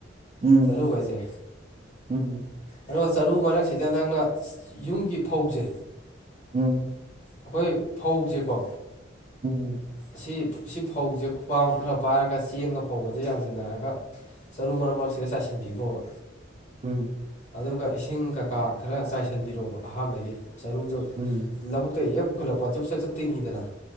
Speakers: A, on the right (about 30°); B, on the left (about 40°).
A: ꯎꯝ
B: ꯆꯥꯔꯨꯒꯩꯖꯦ
A: <unintelligible>
B: ꯑꯗꯨꯒꯥ ꯆꯥꯔꯨ ꯃꯔꯛꯁꯤꯗꯥ ꯅꯪꯅ ꯌꯨꯝꯒꯤ ꯐꯧꯖꯦ
A: ꯎꯝ
B: ꯑꯩꯈꯣꯏ ꯐꯧꯖꯦꯀꯣ
A: ꯎꯝ
B: ꯑꯁꯤ ꯁꯤ ꯐꯧꯖꯦ ꯈꯨꯄꯥꯝ ꯈꯔ ꯄꯥꯏꯔꯒ ꯆꯦꯡꯒꯥ ꯐꯧꯒꯥꯖꯤ ꯌꯥꯟꯖꯤꯟꯅꯔꯒꯥ ꯆꯥꯔꯨ ꯃꯔꯛ ꯃꯔꯛꯁꯤꯗꯥ ꯆꯥꯏꯁꯤꯟꯕꯤꯒꯣꯕ
A: ꯎꯝ
B: ꯑꯗꯨꯒꯥ ꯏꯁꯤꯡ ꯀꯩꯀꯥ ꯈꯔ ꯆꯥꯏꯁꯤꯟꯕꯤꯔꯣꯕ ꯑꯍꯥꯟꯕꯒꯤ ꯆꯥꯔꯨꯗꯨ
A: ꯎꯝ
B: ꯂꯧꯕꯨꯛꯇꯥꯒꯤ ꯍꯦꯛ ꯄꯨꯈꯠꯂꯛꯄ ꯆꯞ ꯆꯞ ꯇꯤꯡꯉꯤꯗꯥꯅ